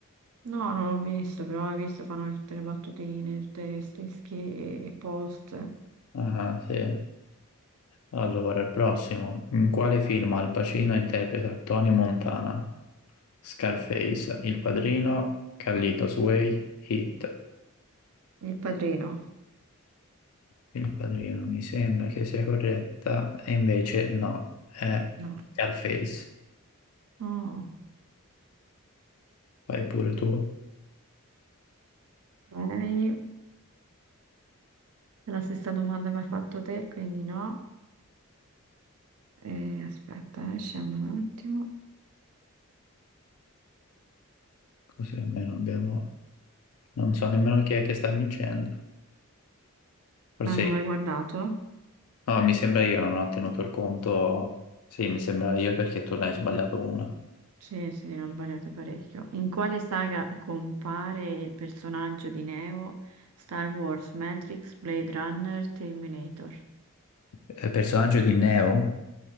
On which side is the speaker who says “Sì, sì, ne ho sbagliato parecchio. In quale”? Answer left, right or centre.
Right